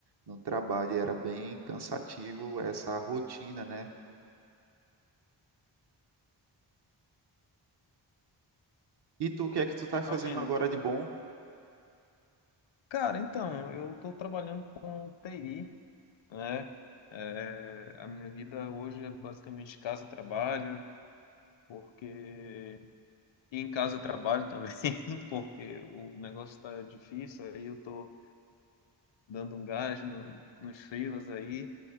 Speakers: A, on the right; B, on the left.
A: no trabalho. E era bem cansativo essa rotina, né? E tu, o que é que tu tá fazendo
B: Imagino,
A: agora
B: cara.
A: de bom?
B: Cara, então, eu estou trabalhando com TI, né? É, a minha vida hoje é basicamente casa-trabalho, porque E em casa eu trabalho também, <laughs> porque o negócio está difícil, aí eu tô dando um gás no, nos freelas aí,